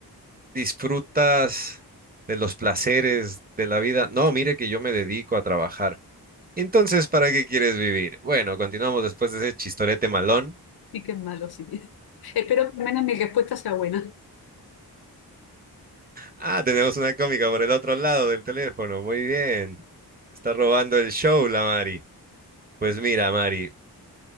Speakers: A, on the right (about 25°); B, on the left (about 65°).
A: disfrutas de los placeres de la vida. No, mire que yo me dedico a trabajar. Entonces, ¿para qué quieres vivir? Bueno, continuamos después de ese chistorete malón.
B: Sí que es malo, sí. <laughs> Espero que al menos mi respuesta sea buena.
A: Ah, tenemos una cómica por el otro lado del teléfono. Muy bien. Se está robando el show, la Mari. Pues mira, Mari,